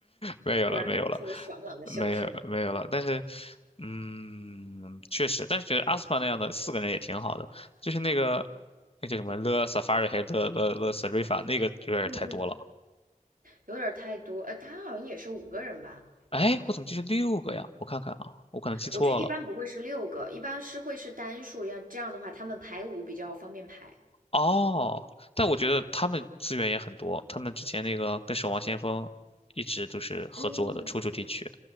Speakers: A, on the left; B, on the right.
A: 没有了，
B: 突然发出了爽朗的笑声？
A: 没有了，没有没有了。但是，嗯，确实，但是觉得阿斯帕那样的四个人也挺好的，就是那个那叫什么 s a 勒萨法瑞还勒勒勒斯瑞法那个有点太多了。
B: 嗯嗯，有点太多。呃，他好像也是五个人吧？
A: 哎，我怎么记是六个呀？我看看啊，我可能记错了。
B: 我这一般不会是六个，一般是会是单数，要这样的话他们排舞比较方便排。
A: 哦，但我觉得他们资源也很多，他们之前那个跟《守望先锋》一直都是合作的，
B: 嗯，
A: 出主题曲，